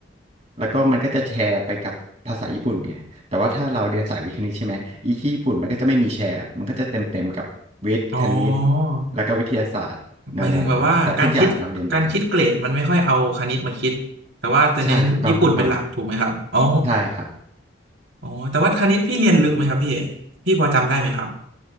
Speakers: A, on the right; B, on the right.
A: แล้วก็มันก็จะแชร์ไปกับภาษาญี่ปุ่นไงแต่ว่าถ้าเราเรียนสายวิทย์คณิตใช่ไหมอีที่ญี่ปุ่นมันก็จะไม่มีแชร์มันก็จะเต็มเต็มกับวิทย์คณิต
B: อ๋อ
A: แล้วก็วิทยาศาสตร์แนวแนวนั้นแต่ทุกอย่างเราเรียนเหมือนกัน
B: หมายถึงแบบว่าการคิดการคิดเกรดมันไม่ค่อยเอาคณิตมาคิด แต่ว่าจะเน้นญี่ปุ่นเป็นหลักถูกไหมครับอ๋อ
A: ใช่ถูกต้องถูกต้องใช่ครับ
B: อ๋อแต่ว่าคณิตพี่เรียนลึกไหมครับพี่พี่พอจำได้ไหมครับ